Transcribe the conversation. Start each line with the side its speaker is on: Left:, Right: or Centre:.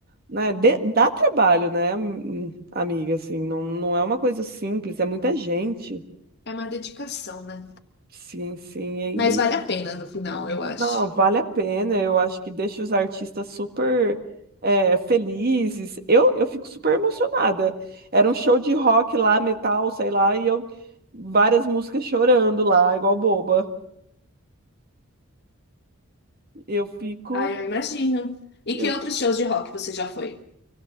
Right: né? de- dá trabalho, né, am- amiga? Assim, não, não é uma coisa simples, é muita gente.
Left: É uma dedicação, né?
Right: Sim, sim. E,
Left: Mas vale
Right: e-
Left: a pena no final, eu acho.
Right: não, vale a pena. Eu acho que deixa os artistas super é, felizes. Eu, eu fico super emocionada. Era um show de rock lá, metal, sei lá, e eu várias músicas chorando lá, igual boba. Eu fico
Left: Ah, eu imagino. E
Right: Eu,
Left: que outros shows de rock você já foi?